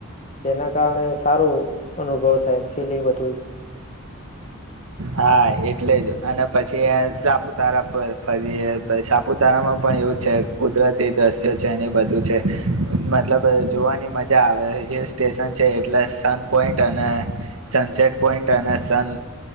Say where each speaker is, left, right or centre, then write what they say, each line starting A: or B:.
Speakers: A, on the left; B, on the right.
A: તેના કારણે સારું અનુભવ થાય ફિલિંગ બધું
B: હા એટલે જ અને પછી સાપુતારા પર ફરીએ સાપુતારામાં પણ એવું છે કુદરતી દ્રશ્યો છે એને બધું છે મતલબ જોવાની મજા આવે હિલ સ્ટેશન છે એટલે સન પોઈન્ટ અને સનસેટ પોઈન્ટ અને સન